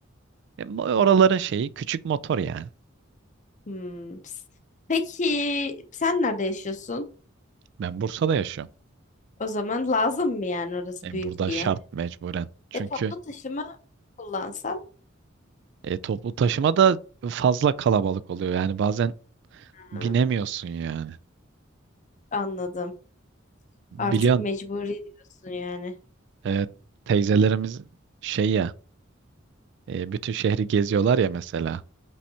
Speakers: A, on the right; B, on the left.
A: E, mo- oraların şeyi küçük motor yani.
B: Hmm. Peki sen nerede yaşıyorsun?
A: Ben Bursa'da yaşıyorum.
B: O zaman lazım mı yani orası
A: E,
B: büyük
A: burada
B: diye?
A: şart mecburen. Çünkü
B: E toplu taşıma kullansam
A: e, toplu taşıma da fazla kalabalık oluyor. Yani bazen binemiyorsun
B: Ha,
A: yani.
B: anladım. Artık
A: Biliyorsun
B: mecburi diyorsun yani.
A: e, teyzelerimiz şey ya e, bütün şehri geziyorlar ya mesela.